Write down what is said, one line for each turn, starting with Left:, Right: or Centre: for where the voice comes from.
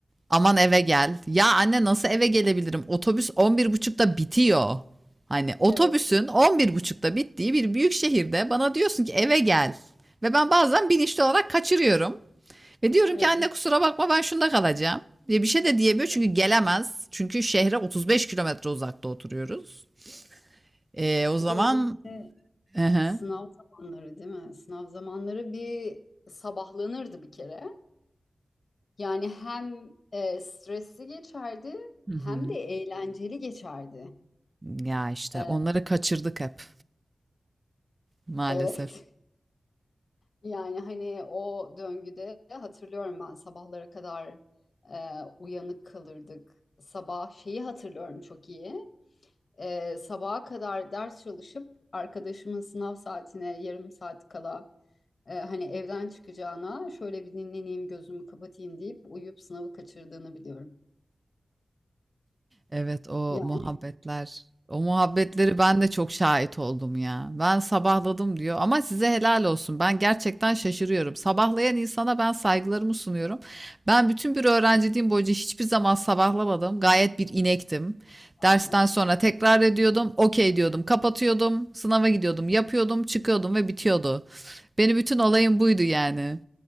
Right: Aman eve gel. Ya anne nasıl eve gelebilirim? Otobüs on bir buçukta bitiyor. Hani otobüsün
Left: evet,
Right: on bir buçukta bittiği bir büyük şehirde bana diyorsun ki eve gel. Ve ben bazen bilinçli olarak kaçırıyorum. Ve diyorum
Left: evet,
Right: ki anne kusura bakma ben şunda kalacağım. Diye bir şey de diyemiyor
Left: evet.
Right: çünkü gelemez. Çünkü şehre 35 kilometre uzakta oturuyoruz. Ee, o zaman...
Left: Bir de özellikle
Right: Hı hı.
Left: sınav zamanları değil mi? Sınav zamanları bir sabahlanırdı bir kere. Yani hem e, stresli geçerdi
Right: Hı hı.
Left: hem de eğlenceli geçerdi.
Right: Ya işte
Left: E,
Right: onları kaçırdık hep maalesef.
Left: evet. <laughs> Yani hani o döngüde hatırlıyorum ben sabahlara kadar e, uyanık kalırdık. Sabah şeyi hatırlıyorum çok iyi. E, sabaha kadar ders çalışıp arkadaşımın sınav saatine yarım saat kala e, hani evden çıkacağına şöyle bir dinleneyim gözümü kapatayım deyip uyuyup sınavı kaçırdığını biliyorum.
Right: Evet, o
Left: Yani
Right: muhabbetler. O muhabbetleri ben de çok şahit oldum ya. Ben sabahladım diyor ama size helal olsun. Ben gerçekten şaşırıyorum. Sabahlayan insana ben saygılarımı sunuyorum. Ben bütün bir öğrenciliğim boyunca hiçbir zaman sabahlamadım. Gayet bir inektim. Dersten
Left: wow.
Right: sonra tekrar ediyordum. Okey diyordum. Kapatıyordum. Sınava gidiyordum. Yapıyordum. Çıkıyordum ve bitiyordu. Benim bütün olayım buydu yani.